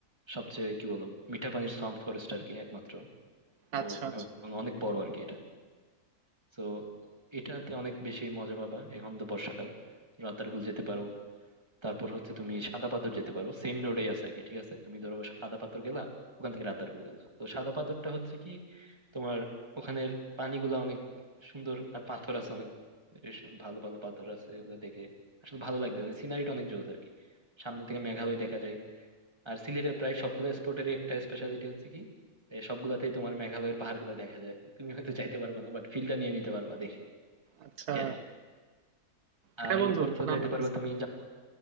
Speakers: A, on the right (about 15°); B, on the right (about 75°).
A: সবচেয়ে কি বলো মিঠা পানির সোয়াম্প ফরেস্ট আর কি একমাত্র তো
B: আচ্ছা আচ্ছা
A: এবং অনেক বড় আর কি এটা তো এটাতে অনেক বেশি মজা পাবা এখন তো বর্ষাকাল রাতারগুল যেতে পারো তারপর হচ্ছে তুমি সাদা পাথর যেতে পারো সেম রোডেই আছে আর কি, ঠিক আছে তুমি ধরো সাদা পাথর গেলা ওখান থেকে রাতারগুল গেলা তো সাদা পাথরটা হচ্ছে কি তোমার ওখানের পানিগুলা অনেক সুন্দর আর পাথর আছে অনেক এস- ভালো ভালো পাথর আছে এগুলো দেখে আসলে ভালো লাগবে মানে সিনারিটা অনেক জোস আর কি সামনে থেকে মেঘালয় দেখা যায় আর সিলেটের প্রায় সবগুলো স্পটেরই একটা স্পেশালিটি হচ্ছে কি এ, সবগুলাতেই তোমার মেঘালয়ের পাহাড়গুলো দেখা যায় আর কি তুমি হয়তো যাইতে পারবা না বাট ফিল্ডটা নিয়ে নিতে পারবা দেখে
B: আচ্ছা
A: এই আর কি।
B: হ্যাঁ
A: আর
B: বন্ধু
A: এরপর তো
B: নাম
A: যাইতে
B: শুনছি
A: পারবা তুমি
B: তো।